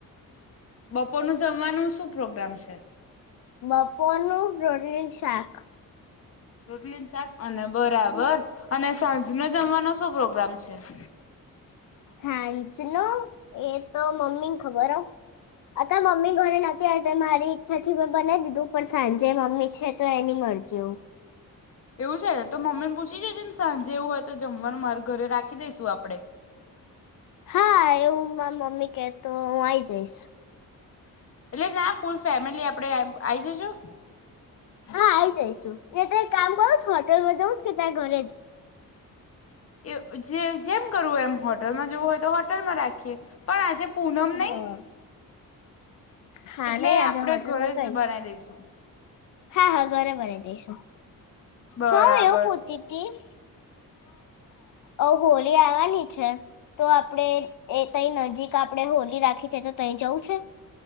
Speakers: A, on the left (about 40°); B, on the left (about 60°).
A: બપોરનું જમવાનું શું પ્રોગ્રામ છે.
B: મપોનું પ્રોટીન શાક
A: રોટલી ન શાક અને બરાબર અને સાંજ નો જમવાનો શું પ્રોગ્રામ છે. <inaudible>
B: સાંજ ન એ તો મમ્મી ને ખબર હો અત મમ્મી ઘરે નથી આવતા મારી ઈચ્છા થી મેં બનાવી દીધું પણ સાંજે મમ્મી છે, તો એની મરજીઓ
A: એવું છે, ને તો મમ્મી ને પૂછી શ છે, ને સાંજે એવું હોય તો જમવાનું મારે ઘરે રાખી દઈસું આપડે
B: હા એવું મા મમ્મી કેતો હું આઈ જઈશ
A: એટલે ના ફૂલ ફેમિલી આપડે આ જશું
B: હા આઈ જઈશું એ ત એક કામ કરુંમાં જવું કે ત્યાં ઘરે જ
A: એ જે જેમ કરવું હોય એમ હોટલમાં જવું હોય તો હોટલમાં રાખીએ પણ આજે પૂનમ
B: હા
A: નહી
B: હા
A: એટલે
B: નહી આજે
A: આપણેે
B: હોટલમાં
A: ઘરે
B: કઈ
A: જ બનાવી દઈશું
B: હા હા ઘરેબને દઈશું
A: બરાબર
B: હા એવું પોતી હતીી અ હોલી આવવાની છે, તો આપડે એ તઈ નજીક આપણેે હોલી રાખી છે, તો તઈ જવું છે.